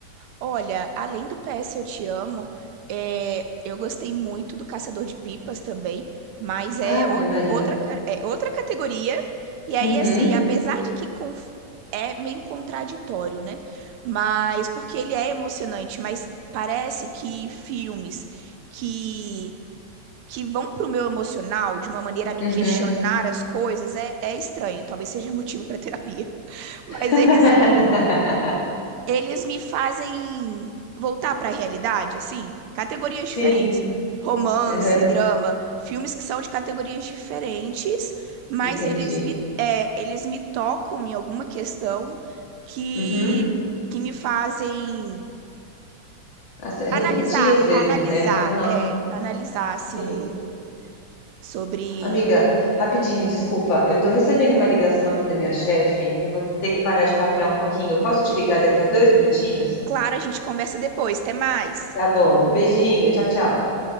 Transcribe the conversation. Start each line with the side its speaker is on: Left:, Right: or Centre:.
Right: Olha, além do PS Eu Te Amo, é, eu gostei muito do Caçador de Pipas também, mas é,
Left: Ave
Right: ou-
Left: Maria.
Right: outra, ca- é outra categoria. E aí,
Left: Uhum,
Right: assim, apesar de que conf- é meio contraditório, né? Mas porque ele é emocionante, mas parece que filmes que, que vão pro meu emocional de uma maneira a me
Left: uhum.
Right: questionar as coisas é, é estranho. Talvez seja motivo para terapia. <laughs> Mas
Left: <laughs>
Right: eles eles me fazem voltar para a realidade, assim, categorias diferentes.
Left: Sim,
Right: Romance,
Left: Aham,
Right: drama, filmes que são de categorias diferentes, mas
Left: entendi.
Right: eles me, é, eles me tocam em alguma questão que,
Left: Uhum.
Right: que me fazem
Left: Até Refletir
Right: analisar,
Left: às vezes,
Right: analisar,
Left: né? Aham,
Right: é, analisar, assim,
Left: Sim.
Right: sobre.
Left: Amiga, rapidinho, desculpa. Eu tô recebendo uma ligação aqui da minha chefe. Eu vou ter que parar de papear um pouquinho. Posso te ligar daqui a dois minutinhos?
Right: Claro, a gente conversa depois, até mais.
Left: Tá bom. Beijinho, tchau, tchau.